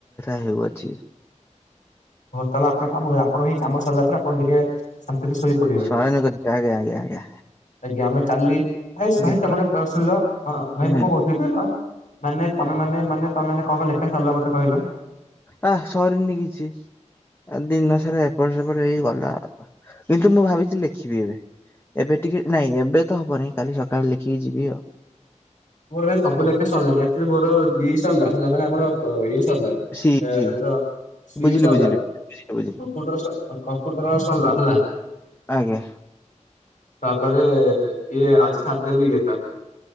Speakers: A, on the left (about 20°); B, on the left (about 85°).
A: ମୁଣ୍ଡବ୍ୟଥା ହେଉଅଛି।
B: ଓ ତାଲେ ଆପଣ କାମକୁ ଜାନ୍ ଆପଣ ହିଁ ଚାମ ସରିଲା ପରେ ଆପଣ ଟିକେ ଆନ୍ତିରେ ଶୋଇ ପଡ଼ିବେ,
A: ଶୟନ କରି ଆଜ୍ଞା ଆଜ୍ଞା ଆଜ୍ଞା
B: ଆଜ୍ଞା ଆମେ କାଲି ଭାଇସ୍ ଭାଇ
A: ଲିଖ
B: ତମର ପାର୍ଶଲ୍ଵ ଅଁ ଭାଇ
A: ହୁଁ
B: ମୁଁ କଣ୍ କଉଥିଲି କି ଆଁ ମାନେ ତମେ ମାନେ ମାନେ ତମେନେ କଣ କଁ ଲେଖା ସାର୍ଲ ମତେ କହିଲ।
A: ଆ ସରିନି କିଛି ଆ ଦିନ ସରା ଏପଟ୍ ସେ <unintelligible> ଗଲା କିନ୍ତୁ ମୁଁ ଭାବିଥିଲ୍ ଲେଖିବି ଏବେ ଏବେ ଟିକେ ନାଇଁ ଏବେ ତ ହବନି କାଲି ସକାଳ୍ ଲେଖିକି ଯିବି ଆଉ।
B: ମୋର ରେ ସବୁ ଲେଖା ସରିଲାଣି ଆକ୍ଚୁଲି ମୋର ଦି ସର୍ଲା ହେଲା ମାନେ ଆମର କ ଇ <unintelligible> ଏ
A: ସି ସି
B: ଆମର ଶ୍ରୀ
A: ବୁଝିଲି
B: ସରିଲା
A: ବୁଝିଲି ବୁଝିଲି ବୁଝିଲି
B: କମ୍ପୁଟର ସ କମ୍ପୁଟର ସରିଲା ହେଲା
A: ଆଜ୍ଞା।
B: ପାପାରେ ଇଏ ଆଜି ସାତ୍ ଦିନ୍ ୟେ ତା